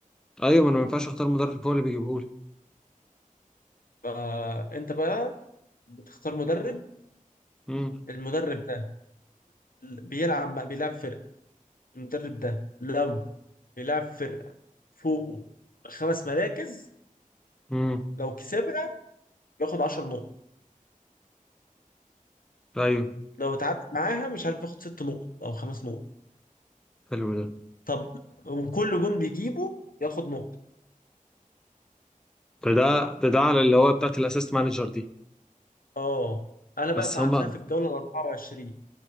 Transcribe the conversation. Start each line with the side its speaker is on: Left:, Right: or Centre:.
Centre: ايوه ما انا ما ينفعش اختار مدرب هو اللي بيجيبهولي
Left: فأنت بقى بتختار مدرب
Centre: امم
Left: المدرب ده بيلعب بيلعب فرق المدرب ده لو بيلعب فرقة فوقه خمس مراكز
Centre: امم
Left: لو كسبها بياخد 10 نقط
Centre: ايوه
Left: لو اتعادل معاها مش عارف بياخد ست نقط او خمس نقط
Centre: حلو ده
Left: طب وكل جون بيجيبه ياخد نقطة
Centre: ده ده ده ده على اللي هو بتاعت الاسيست مانجر دي
Left: اه انا بقى
Centre: بس
Left: فعلتها
Centre: هم
Left: في الجولة ال 24